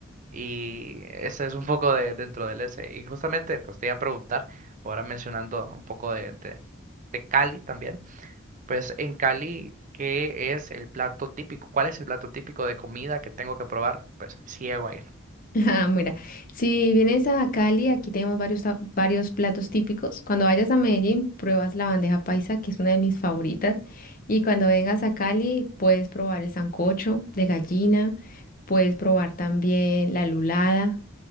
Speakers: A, on the right; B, on the left.
A: Y ese es un poco de dentro del ese. Y justamente, pues, te iba a preguntar, ahora mencionando un poco de, de, de Cali también, pues, en Cali, ¿qué es el plato típico? ¿Cuál es el plato típico de comida que tengo que probar? Pues, si llego a ir.
B: Ah, mira, si vienes a Cali, aquí tenemos varios, ta- varios platos típicos. Cuando vayas a Medellín, pruebas la bandeja paisa, que es una de mis favoritas. Y cuando vengas a Cali, puedes probar el sancocho de gallina, puedes probar también la lulada,